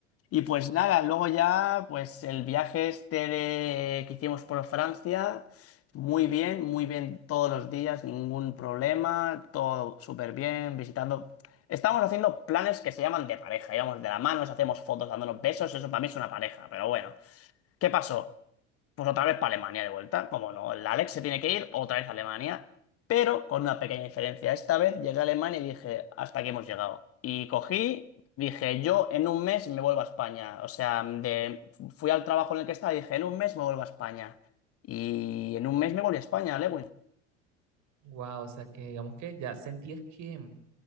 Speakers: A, on the left; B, on the right.
A: Y pues nada, luego ya, pues el viaje este de- que hicimos por Francia, muy bien, muy bien todos los días, ningún problema, todo súper bien, visitando. Estamos haciendo planes que se llaman de pareja, íbamos de la mano, nos hacemos fotos dándonos besos, eso para mí es una pareja, pero bueno. ¿Qué pasó? pues otra vez para Alemania de vuelta. Como no, el Alex se tiene que ir otra vez a Alemania, pero con una pequeña diferencia. Esta vez llegué a Alemania y dije, hasta aquí hemos llegado. Y cogí, dije, yo en un mes me vuelvo a España. O sea, de, fui al trabajo en el que estaba y dije, en un mes me vuelvo a España. Y en un mes me volví a España, Lewin.
B: Wow, o sea que digamos que ya sentías que,